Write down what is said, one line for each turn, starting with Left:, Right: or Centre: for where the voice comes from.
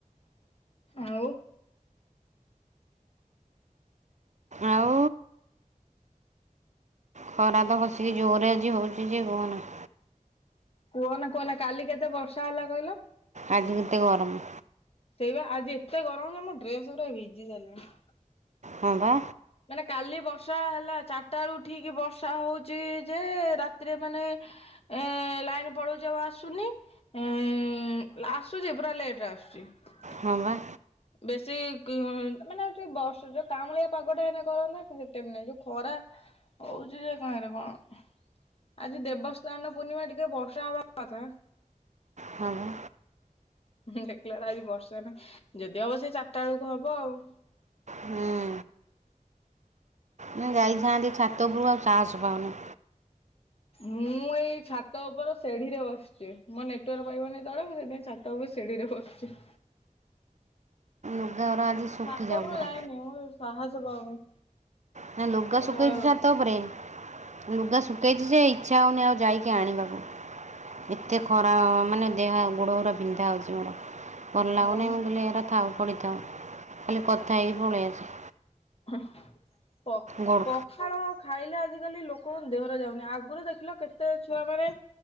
Left: ଆଉ
Right: ଆଉ ଖରା ତ ଖସିକି ଜୋରରେ ଆଜି ହଉଛି ଯେ କୁହନା
Left: କୁହନା, କୁହନା, କାଲି କେତେ ବର୍ଷା ହେଲା କହିଲ?
Right: ଆଜି ହେଇତ ଗରମ।
Left: ସେଇବା ଆଜି ଏତେ ଗରମ, ମୋ ଡ୍ରେସ ପୁରା ଭିଜି ସାରିଲାଣି
Right: ହଁବା।
Left: ମାନେ କାଲି ବର୍ଷା ହେଲା, ଚାରିଟା ବେଳୁ ଉଠିକି ବର୍ଷା ହଉଚି ଯେ, ରାତିରେ ମାନେ ଏ ଲାଇନ ପଳଉଛି ଆଉ ଆସୁନି। ହୁଁ, <unintelligible> ଲେଟରେ ଆସୁଛି।
Right: ହଁ ବା।
Left: ବେଶୀ ମାନେ ଯ ବର୍ଷ ଯୋଉ କାମୁଳିଆ ପାଗଟା ହେ କରନ୍ତା ନା ସେମତି ନାଇଁ ଯୋଉ ଖରା ହଉଛି ଯେ କାହିଁରେ କଣ? ଆଜି ଦେବସ୍ନାନ ପୂର୍ଣ୍ଣିମା, ଟିକେ ବର୍ଷା ହବା କଥା
Right: ହଁ ବା।
Left: ହଁ ଦେଖିଲା ବେଳକୁ ଆଜି ବର୍ଷା ନାହିଁ, ଯଦି ହବ ସେ ଚାରିଟା ବେଳକୁ ହବ ଆଉ
Right: ହୁଁ ଉଁ। ନାଁ ଯାଇଥାନ୍ତି ଛାତ ଉପରୁ, ଆଉ ସାହସ ପାଉନି
Left: ମୁଁ ଏଇ ଛାତ ଉପର ସେଢି ରେ ବସିଛି, ମୋ ନେଟୱାର୍କ ପାଇବନି ତଳେ ସେ ତମେ ସେଡ଼ିରେ ବସିଛ।
Right: <unintelligible>
Left: ଛାତ ଉପରକୁ
Right: ପୁରା
Left: ଯାଇନି ମୁଁ ସାହସ ପାଉନି।
Right: ନା ଲୁଗା
Left: ଏଇ
Right: ସୁଖେଇଛି
Left: ତଳେ ବସି
Right: ଛାତ ଉପରେ। ଲୁଗା ଶୁଖେଇଛି ଯେ ଇଚ୍ଛା ହଉନି ଆଉ ଯାଇକି ଆଣିବାକୁ। ଏତେ ଖରା ମାନେ ଦେହ ଗୋଡ଼ ଗୁଡ଼ା ବିନ୍ଧା ହଉଛି ମୋର। ଭଲ ଲାଗୁନି
Left: ଆଉ
Right: ମୁଁ କହିଲି ଏଗୁରା ଥାଉ ପଡ଼ିଥାଉ ଖାଲି କଥା ହେଇକି ପଳେଇ ଆସେ।
Left: <unintelligible>
Right: ଗୋଡ଼
Left: ପଖାଳ ଖାଇଲେ ଆଜିକାଲି ଲୋକଙ୍କ ଦେହରେ ଯାଉନି ଆଗରୁ ଦେଖିଲ କେତେ ଛୁଆ ମାନେ।